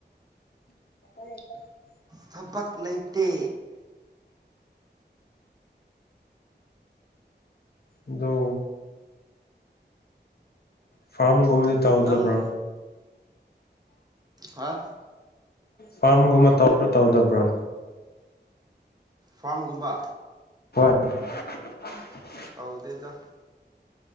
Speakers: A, on the left; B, on the right.
A: <inaudible>
B: ꯊꯕꯛ ꯂꯩꯇꯦ
A: ꯑꯗꯨ ꯐꯥꯔꯝꯒꯨꯝꯕꯗꯤ ꯇꯥꯎꯗꯕ꯭ꯔꯥ
B: ꯅꯪ ꯍꯥ
A: ꯐꯥꯔꯝꯒꯨꯝꯕ ꯇꯧꯕ꯭ꯔꯥ ꯇꯧꯗꯕ꯭ꯔꯥ
B: ꯐꯥꯝꯒꯨꯝꯕ
A: <inaudible>
B: ꯇꯥꯎꯗꯦꯗ